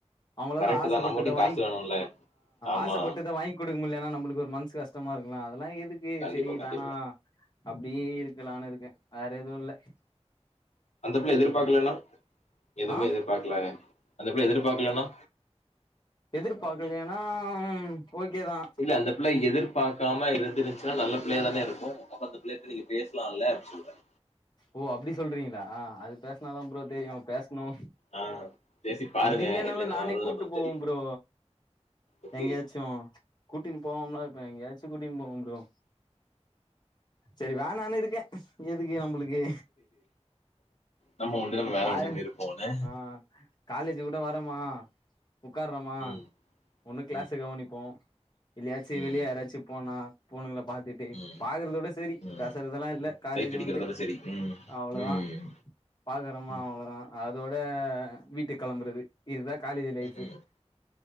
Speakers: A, on the left (about 40°); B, on the left (about 75°).
A: அவங்களெல்லா
B: கரெக்ட்
A: ஆசைப்பட்டத
B: தான் நம்மகிட்டயும்
A: வாங்
B: காசு வேணும்ல ஆமா
A: ஆசைப்பட்டத வாங் குடுக்க முட்லன்னா நம்மளுக்கு ஒரு மனசு கஷ்டமா இருக்குல அதெல்லா எதுக்கு
B: கண்டிப்பா
A: செரி
B: கண்டிப்பா
A: வேணா அப்டியே இருக்கலான்னு இருக்கே வேற எதுவு இல்ல
B: அந்த பிள்ள எதிர்பாக்கலனா
A: ம்
B: எதுவுமே
A: ஆ
B: எதிர்பார்க்கல அந்த பிள்ள எதிர்பாக்கலனா
A: எதிர்பாக்கலைனா ம் ஓகே தா
B: இல்ல அந்த பிள்ள எதிர் பாக்காம இருந்துச்சுனா நல்ல பிள்ளையா தானே இருக்கு அப்ப அந்த பிள்ள கிட்ட நீங்க பேசலாம்ல அப்டினு சொல்வ
A: ஓ அப்டி சொல்றீங்களா அது பேசுனாதா ப்ரோ தெரியு பேசணு
B: ஆ, பேசி பாருங்க
A: அப்டி இல்லையனாலு
B: என்ன நிலவரம்
A: நானே கூப்டு
B: அப்படின்னு
A: போவே
B: தெரியும்
A: ப்ரோ
B: ஓகே
A: எங்கேயாச்சு கூட்டின்னு போவம்லா இருப்பே எங்கயாச்சும் கூட்டின்னு போவே ப்ரோ செரி வேனானு இருக்கே எதுக்கு நம்மளுக்கு
B: நம்ம உண்டு நம்ம வேலை
A: காய
B: உண்டு இருப்போம்னு
A: ஆ காலேஜ் கூட வரமா உட்கார்றமா
B: ம்,
A: ஒண்ணு க்ளாஸ
B: ம்,
A: கெவனிப்போ இல்லயாச்சு
B: ம்,
A: வெளியே யாராச்சு போனா பொண்ணுங்கள பாத்துட் டு
B: ம்,
A: பாக்குறதோட செரி
B: ம்.
A: பேசறதெல்லா இல்ல காலேஜ்
B: சைட் அடிக்கிறதோட
A: வந்து
B: சரி ம்,
A: அவ்ளோதா
B: ம்,
A: பாக்குறமா
B: ம்,
A: அவ்ளோதா அதோட வீட்டுக்கு கெளம்புறது இதுதா காலேஜ் லைஃப்பு
B: ம், ம்,